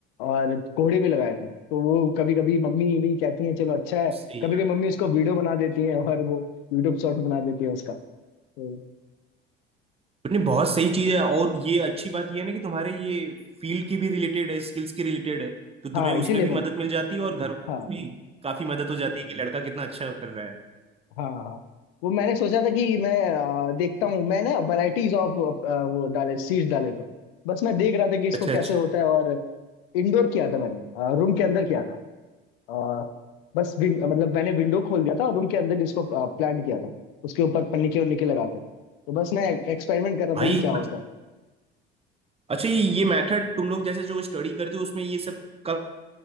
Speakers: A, on the left; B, on the right.
A: और कोहड़े भी लगाए थे तो वो कभी कभी मम्मी भी कहती है चलो अच्छा है
B: सही
A: कभी
B: यार
A: कभी मम्मी उसको वीडियो बना देती है और वो यूट्यूब शॉर्ट बना देती है उसका तो
B: नहीं बहुत सही चीज है और ये अच्छी बात ये है ना कि तुम्हारे ये फील्ड की भी रिलेटेड है स्किल्स की रिलेटेड है तो तुम्हें
A: हाँ
B: उसमें
A: इसीलिए
B: भी
A: मैंने
B: मदद मिल जाती है और घर वालों की
A: हाँ।
B: भी काफी मदद हो जाती है कि लड़का कितना अच्छा कर रहा है
A: हाँ हाँ वो मैंने सोचा था कि मैं अ, देखता हूँ मैं ना वैरायटीज ऑफ वो डाले सीड्स डाले तो बस मैं देख रहा था कि इसको
B: अच्छा
A: कैसे
B: अच्छा
A: होता है और इंडोर किया था मैंने रूम के अंदर किया था अ, बस विन, मतलब मैंने विंडो खोल दिया था और रूम के अंदर इसको प्लांट किया था उसके ऊपर पन्नी के उन्नी के लगा के तो बस मैं एक्सपेरिमेंट कर रहा था
B: भाई
A: कि क्या होता है
B: अच्छा ये ये मेथड तुम लोग जैसे जो स्टडी करते हो उसमें ये सब का